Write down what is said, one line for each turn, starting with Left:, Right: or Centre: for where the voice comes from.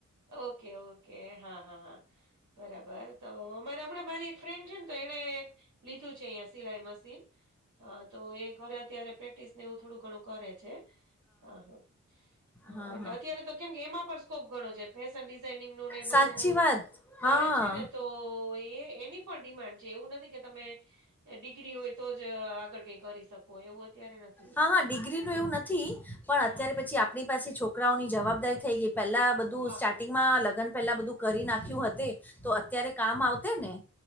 Right: ઓકે ઓકે હા હા હા, બરાબર તો મારે હમણાં મારી એક ફ્રેન્ડ છે ને તો એણે લીધું છે અંયા સિલાઈ મશીન. હા તો એ ઘરે અત્યારે પ્રેક્ટિસ ને એવું થોડું ઘણું કરે છે. હા હા હા,
Centre: હા
Right: એટલે
Centre: હા
Right: અત્યારે તો કેમ કે એમાં પણ સ્કોપ ઘણો છે ફેશન ન ને એ બધું
Centre: સાચી વાત
Right: કરે
Centre: હા.
Right: છે ને, તો એની પણ ડિમાન્ડ છે એવું નથી કે તમે, ડિગ્રી હોય તો જ આગળ કઈ કરી શકો. એવું અત્યારે નથી
Centre: હા હા ડિગ્રી નું એવું નથી, પણ અત્યારે
Right: હા
Centre: પછી આપણી પાસે છોક છોકરાઓની જવાબદારી થઈ ગઈ પેલા બધું
Right: હા
Centre: સ્ટાર્ટ માં લગ્ન પેલા બધું કરી નાખ્યું હત, તો અત્યારે કામ આવ ને.